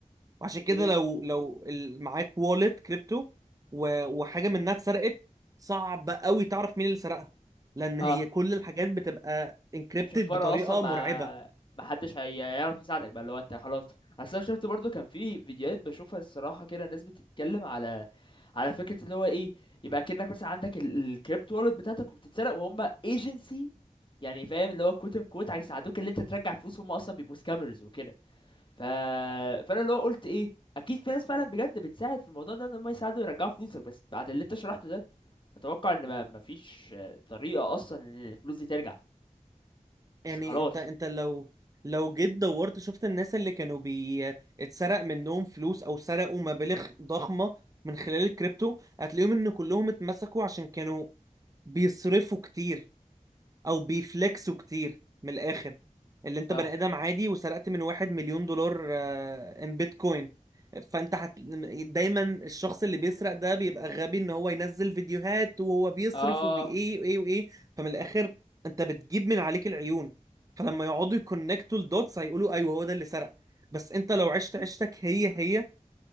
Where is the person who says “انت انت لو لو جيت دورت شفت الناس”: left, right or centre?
Right